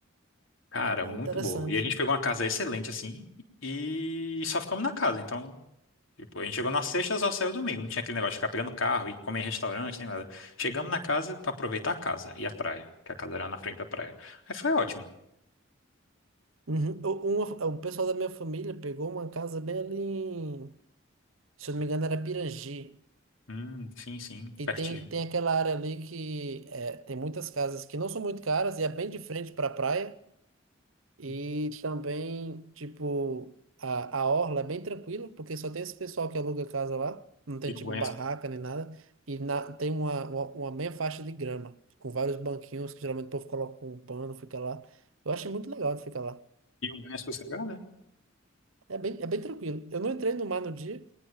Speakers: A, on the left; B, on the right.
A: Cara,
B: Ah,
A: muito
B: interessante.
A: boa. E a gente pegou uma casa excelente, assim, e só ficamos na casa, então. Tipo, a gente chegou na sexta, só saiu domingo. Não tinha aquele negócio de ficar pegando carro e comer em restaurante, nem nada. Chegamos na casa pra aproveitar a casa e a praia, que a casa era na frente da praia. Aí foi ótimo.
B: Uhum. O, uma- o pessoal da minha família pegou uma casa bem ali em, se eu não me engano, era Pirangi.
A: Hum, sim, sim,
B: E
A: pertinho.
B: tem, tem aquela área ali que é, tem muitas casas que não são muito caras e é bem de frente para a praia. E
A: Hum,
B: também, tipo, a, a orla é bem tranquila, porque só tem esse pessoal que aluga casa lá, não tem,
A: E
B: tipo,
A: o banho,
B: barraca
A: é,
B: nem nada, e na, tem uma, uma, uma meia faixa de grama, com vários banquinhos que geralmente o povo coloca um pano, fica lá. Eu achei muito legal de ficar lá.
A: e o banho é sossegado, né?
B: É bem, é bem tranquilo. Eu não entrei no mar no dia,